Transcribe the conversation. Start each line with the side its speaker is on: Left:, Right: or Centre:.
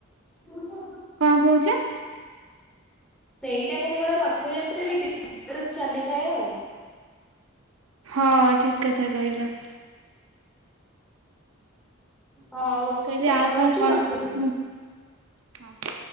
Centre: <unintelligible>
Right: କଁ କହୁଚ?
Centre: ସେଇଟା ଖାଲି କଣ ରଥଯାତ୍ରା ରେ <unintelligible> ଚାଲିଥାଏ ଆଉ।
Right: ହଁ ଠିକ କଥା କହିଲ।
Centre: ହଉ ଗୋଟେ
Right: କହିଲି ଆଉ
Centre: କଲ୍
Right: କଣ
Centre: ଆସୁଚି
Right: କହି
Centre: ମୁଁ ରଖୁଚି।
Right: ହଁ।